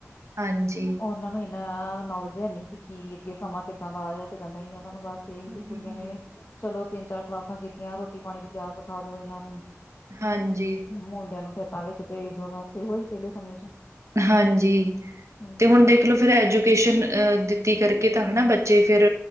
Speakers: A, on the right (about 65°); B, on the left (about 50°).
A: ਹਾਂਜੀ।
B: ਉਹਨਾਂ ਨੂੰ ਇੰਨਾ ਨੌਲੇਜ ਹੈ ਨਹੀਂ ਵੀ ਕੀ, ਅੱਗੇ ਸਮਾਂ ਕਿੱਦਾਂ ਦਾ ਆਗਾ, ਕਿੱਦਾਂ ਦਾ ਨੀ, ਉਹਨਾਂ ਨੂੰ ਬਸ ਤੇ
A: ਹਮ
B: ਵੀ ਕੁੜੀਆਂ
A: ਹਮ ਹਮ
B: ਨੇ, ਚਲੋ ਤਿੰਨ, ਚਾਰ ਕਲਾਸਾਂ ਕੀਤੀਆਂ ਰੋਟੀ -ਪਾਣੀ ਦੀ ਜਾਚ ਸਿਖਾਦੋ ਇਹਨਾਂ ਨੂੰ।
A: ਹਾਂਜੀ
B: ਮੁੰਡਿਆਂ ਨੂੰ ਖੇਤਾਂ ਵਿੱਚ ਭੇਜਦੋ ਬਸ ਇਹੋ ਹੀ ਪਹਿਲੇ ਸਮੇਂ ਚ
A: ਹਾਂਜੀ,
B: ਹਮ
A: ਤੇ ਹੁਣ ਦੇਖ ਲੋ ਫਿਰ ਐਜੂਕੇਸ਼ਨ ਅ ਕਰਕੇ ਤਾਂ ਹਨਾ ਬੱਚੇ ਫਿਰ,